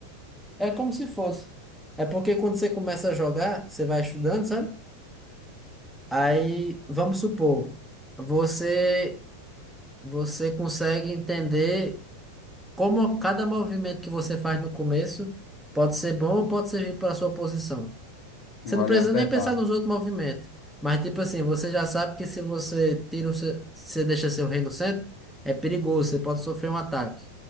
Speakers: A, in the centre; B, on the left (about 50°).
A: É como se fosse. É porque quando você começa a jogar, você vai estudando, sabe? Aí, vamos supor, você você consegue entender como cada movimento que você faz no começo pode ser bom ou pode servir para a sua posição. Você
B: Não vai
A: não precisa
B: lhe afetar.
A: nem pensar nos outros movimentos. Mas, tipo assim, você já sabe que se você tira o seu, se você deixa seu rei no centro, é perigoso, você pode sofrer um ataque.